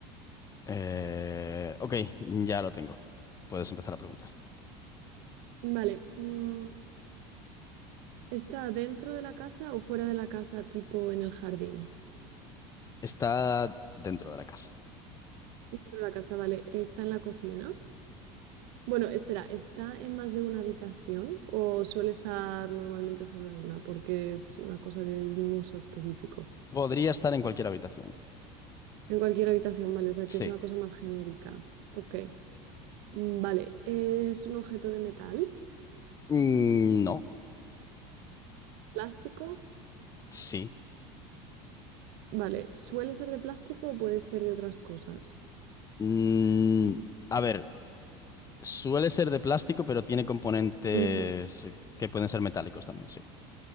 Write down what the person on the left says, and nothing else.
Eh, ok, ya lo tengo. Puedes empezar a preguntar.
Está dentro de la casa.
Podría estar en cualquier habitación.
Sí.
Mm, no.
Sí.
Mm, a ver, suele ser de plástico, pero tiene componentes
que pueden ser metálicos también, sí.